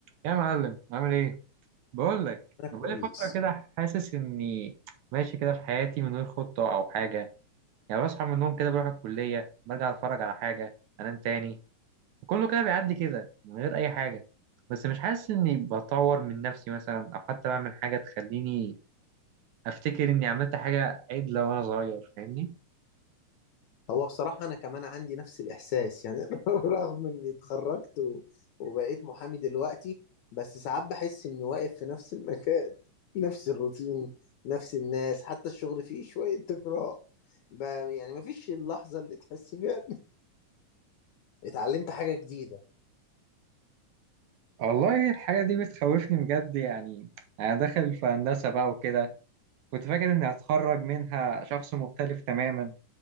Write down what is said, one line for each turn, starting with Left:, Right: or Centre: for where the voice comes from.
Right: يا معلم عامل ايه بقول لك
Left: انا كويس
Right: انا بقالي فتره كده حاسس اني ماشي كده في حياتي من غير خطه او حاجه يعني بصحى من النوم كده بروح الكليه برجع اتفرج على حاجه انام تاني وكله كده بيعدي كده من غير اي حاجه بس مش حاسس اني بطور من نفسي مثلا او حتى بعمل حاجه تخليني افتكر اني عملت حاجه عدله وانا صغير فاهمني
Left: هو بصراحة انا كمان عندي نفس الاحساس يعني <laughs> رغم اني اتخرجت و... وبقيت محامي دلوقتي بس ساعات بحس اني واقف في نفس المكان نفس الروتين نفس الناس حتى الشغل فيه شوية تكرار ب... يعني مفيش اللحظة اللي تحس فيها إن <laughs> اتعلمت حاجة جديدة
Right: والله الحاجه دي بتخوفني بجد يعني انا داخل في هندسه بقى وكده كنت فاكر اني هتخرج منها شخص مختلف تماما